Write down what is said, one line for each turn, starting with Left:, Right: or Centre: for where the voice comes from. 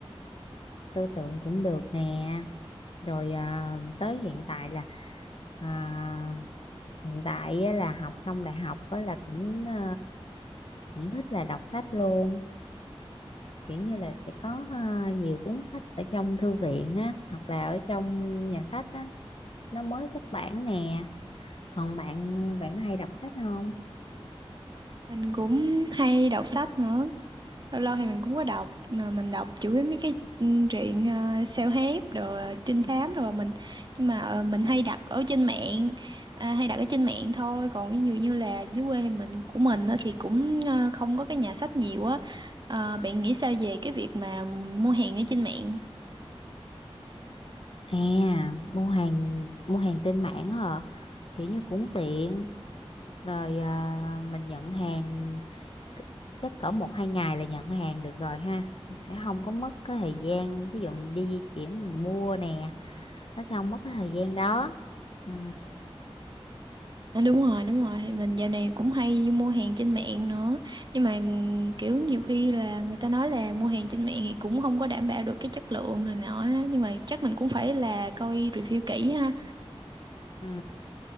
Left: tô tượng cũng được nè. Rồi à, tới hiện tại là À, hiện tại á, là học xong đại học á, là cũng ờ, cũng thích là đọc sách luôn kiểu như là sẽ có ờ, nhiều cuốn sách ở trong thư viện á hoặc là ở trong nhà sách á nó mới xuất bản nè còn bạn bạn có hay đọc sách không
Right: mình cũng hay đọc sách nữa lâu lâu thì mình cũng có đọc mà mình đọc chủ yếu mấy cái ừ, truyện uh, self-help rồi trinh thám rồi mình nhưng mà ờ, mình hay đặt ở trên mạng à, hay đặt ở trên mạng thôi còn ví dụ như là dưới quê thì mình của mình á thì cũng ờ, không có cái nhà sách nhiều á Ờ, bạn nghĩ sao về cái việc mà mua hàng ở trên mạng
Left: à mua hàng mua hàng trên mạng hả kiểu như cũng tiện rồi ờ, mình nhận hàng c- chắc cỡ một hai ngày là nhận hàng được rồi ha sẽ không có mất cái thời gian thí dụ mình đi di chuyển mình mua nè nó sẽ không mất cái thời gian đó ừ,
Right: À, đúng rồi đúng rồi mình dạo này cũng hay mua hàng trên mạng nữa nhưng mà kiểu nhiều khi là người ta nói là mua hàng trên mạng thì cũng không có đảm bảo được cái chất lượng này nọ á. nhưng mà chắc mình cũng phải là coi review kỹ ha
Left: Ừ.